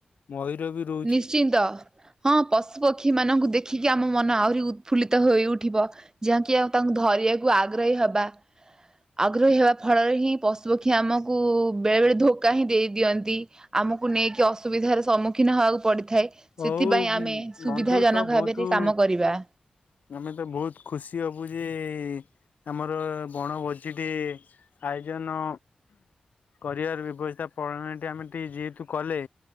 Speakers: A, on the left (about 75°); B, on the right (about 25°).
A: ମୟୂର ବି ରୋ
B: ନିଶ୍ଚିନ୍ତ ହଁ ପଶୁ ପକ୍ଷୀ ମାନଙ୍କୁ ଦେଖିକି ଆମ ମନ ଆହୁରି ଉତ୍ଫୁଲିତ ହୋଇ ଉଠିବ। ଯାଙ୍କି ଆଉ ତାଙ୍କୁ ଧରିବାକୁ ଆଗ୍ରହୀ ହବା। ଆଗ୍ରହୀ ହେବା ଫଳରେ ହିଁ ପଶୁପକ୍ଷୀ ଆମକୁ ବେଳେବେଳେ ଧୋକା ହିଁ ଦେଇ ଦିଅନ୍ତି। ଆମକୁ ନେଇକି ଅସୁବିଧାର ସମ୍ମୁଖୀନ ହବାକୁ ପଡିଥାଏ।
A: ହଉ
B: ସେଥିପାଇଁ ଆମେ ସୁବିଧା
A: ବନ୍ଧୁ
B: ଜନକ
A: ତ ବହୁତ
B: ଭାବରେ କାମ କରିବା।
A: ଆମେ ତ ବହୁତ୍ ଖୁସି ହବୁ ଯେ ଆମର ବଣଭୋଜିଟି ଆୟୋଜନ। କରିବାର ବ୍ୟବସ୍ଥା ପଣାଳିଟା ଆମେ ଟିକେ ଯେହେତୁ କଲେ।